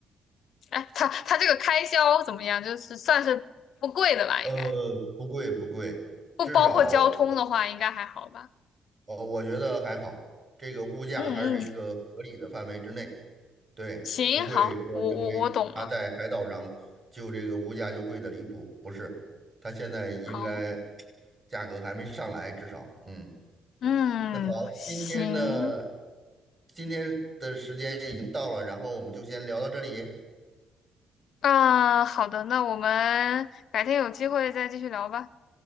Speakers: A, on the left; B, on the right.
A: 哎，它它这个开销怎么样？就是算是不贵的吧，
B: 呃，
A: 应该
B: 不贵不贵，
A: 不包括交通的话，
B: 至少我
A: 应该还好吧？
B: 呃我觉得还好，这个物价还是一个合理的范围之内，
A: 嗯嗯，
B: 对，
A: 行，
B: 不会说因为他在海岛上就这个物价就贵的离谱，
A: 好，我我我懂了，
B: 不是，他现在应该
A: 好，
B: 价格还没上来，至少，嗯，
A: 嗯，
B: 那好，
A: 行，
B: 今天的今天的时间已经到了，然后我们就先聊到这里，
A: 啊，好的，那我们改天有机会再继续聊吧。